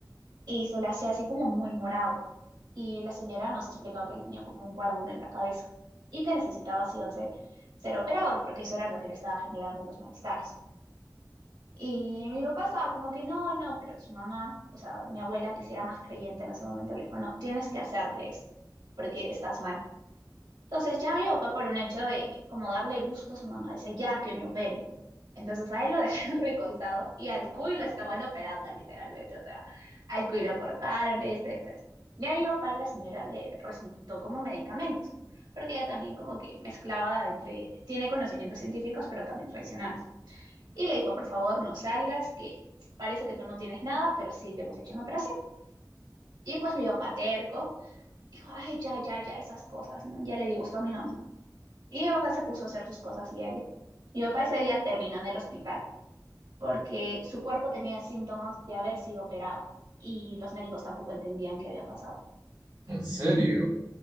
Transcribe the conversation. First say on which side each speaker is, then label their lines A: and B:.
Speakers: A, on the right (about 80°); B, on the right (about 70°).
A: y se le hacía así como muy morado. Y la señora nos explicó que él tenía como un coágulo en la cabeza y que necesitaba sí o sí ser operado porque eso era lo que le estaba generando los malestares. Y mi papá estaba como que no, no, pero su mamá, o sea, mi abuela que sí era más creyente en ese momento, le dijo, no, tienes que hacerte esto porque estás mal. Entonces ya mi papá por un hecho de como darle gusto a su mamá dice ya que me operen. Entonces a él lo dejaron <laughs> recostado y al cuy lo estaban operando literalmente. O sea, al cuy lo cortaron, esto, esto, esto. Ya mi papá, la señora le recitó como medicamentos, porque ella también como que mezclaba entre, tiene conocimientos científicos, pero también tradicionales. Y le dijo, por favor, no salgas, que parece que tú no tienes nada, pero sí te hemos hecho una operación. Y pues mi papá terco dijo, ay, ya, ya, ya, esas cosas, ¿no? Ya le disgustó a mi mamá. Y mi papá se puso a hacer sus cosas diarias. Mi papá ese día terminó en el hospital porque su cuerpo tenía síntomas de haber sido operado y los médicos tampoco entendían qué había pasado.
B: En serio. O